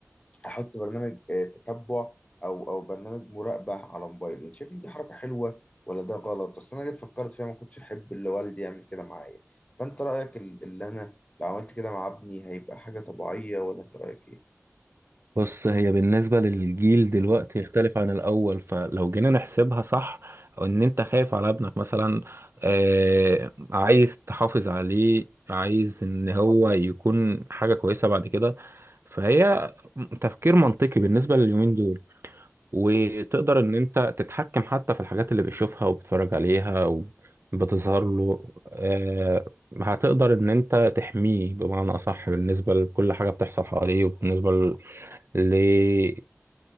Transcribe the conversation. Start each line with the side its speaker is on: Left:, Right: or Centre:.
Left: احط برنامج آه، تتبع او او برنامج مراقبه على موبايل انت شايف ان دي حركه حلوه ولا ده غلط اصل انا جيت فكرت فيها ما كنتش احب اللي والدي يعمل كده معايا فانت رايك ال- اللي انا لو عملت كده مع ابني هيبقى حاجه طبيعيه ولا انت رايك ايه
Right: بص هي بالنسبة للجيل دلوقتي يختلف عن الأول فلو جينا نحسبها صح أو إن أنت خايف على ابنك مثلا آه عايز تحافظ عليه عايز إن هو يكون حاجة كويسة بعد كده فهي تفكير منطقي بالنسبة لليومين دول وتقدر إن أنت تتحكم حتى في الحاجات اللي بيشوفها وبيتفرج عليها وبتظهر له آه هتقدر إن أنت تحميه بمعنى أصح بالنسبة لكل حاجة بتحصل حواليه وبالنسبة للأذى